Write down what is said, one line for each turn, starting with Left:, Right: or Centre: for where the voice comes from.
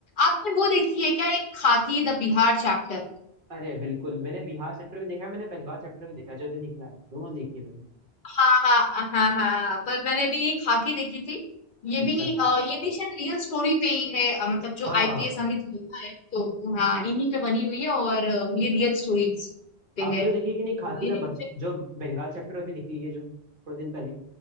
Left: आपने वो देखी है क्या एक खाकी द बिहार चैप्टर
Right: अरे बिल्कुल मैंने बिहार चैप्टर भी देखा है मैंने बंगाल चैप्टर भी देखा है, जो भी निकला है दोनों देखी है मैंने
Left: हाँ हाँ हाँ हाँ पर मैंने भी खाकी देखी थी ये
Right: अच्छा
Left: भी अ, ये भी शायद रियल स्टोरी पे ही है अ, मतलब जो
Right: हाँ
Left: आईपीएस
Right: हाँ
Left: अमित लोढ़ा है तो हाँ इन्हीं पे बनी हुई है और अ, ये रियल स्टोरी पे
Right: आपने
Left: है तो
Right: वो देखी कि नहीं खाकी
Left: ये
Right: द
Left: भी
Right: बंग,
Left: मुझे
Right: जो बंगाल चैप्टर अभी निकली है जो थोड़े दिन पहले